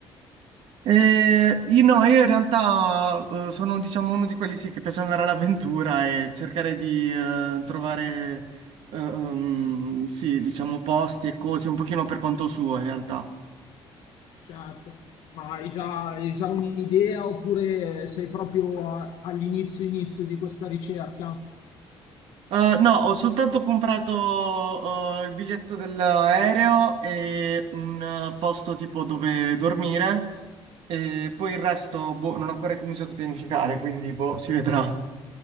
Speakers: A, on the right; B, on the left.
A: Eh, io no, io in realtà eh, sono diciamo uno di quelli sì, che piace andare all'avventura e cercare di eh, trovare eh, ehm, sì, diciamo posti e cose un pochino per conto suo in realtà.
B: Certo, ma hai già hai già un'idea oppure sei proprio a- all'inizio inizio di questa ricerca?
A: Eh, no, ho soltanto comprato eh, il biglietto dell'aereo e un eh, posto tipo dove dormire e poi il resto boh, non ho ancora cominciato a pianificare, quindi boh, si vedrà.